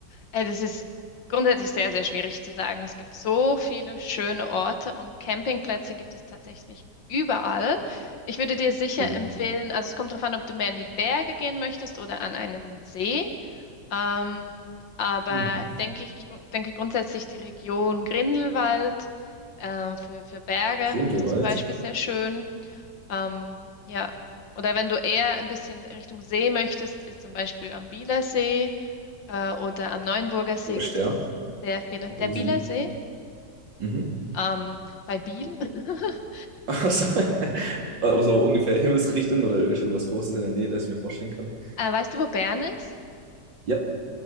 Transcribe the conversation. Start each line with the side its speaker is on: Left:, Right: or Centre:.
Left: Äh, Das ist grundsätzlich sehr, sehr schwierig zu sagen. Es gibt so viele schöne Orte und Campingplätze gibt es tatsächlich überall. Ich würde dir sicher
Right: Oh,
Left: empfehlen, also es kommt darauf an, ob du mehr in die Berge gehen möchtest oder an einen See. Ähm, aber
Right: hm.
Left: denke ich, ich gru- denke grundsätzlich die Region Grindelwald äh, für, für Berge
Right: Grindelwald.
Left: ist zum Beispiel sehr schön. Ähm, ja, oder wenn du eher ein bisschen Richtung See möchtest, ist zum Beispiel am Bielersee. Äh, oder am Neuenburger See
Right: Wo ist
Left: gibt
Right: der?
Left: es sehr viele.
Right: Oh,
Left: Der
Right: Wo
Left: Bieler
Right: sind die?
Left: See,
Right: Mhm.
Left: ähm, bei Biel. <laughs>
Right: Also, <laughs> also ungefähr Himmelsrichtung oder ist irgendwas Großes in der Nähe, das ich mir vorstellen kann.
Left: Äh, weißt du, wo Bern ist?
Right: Ja.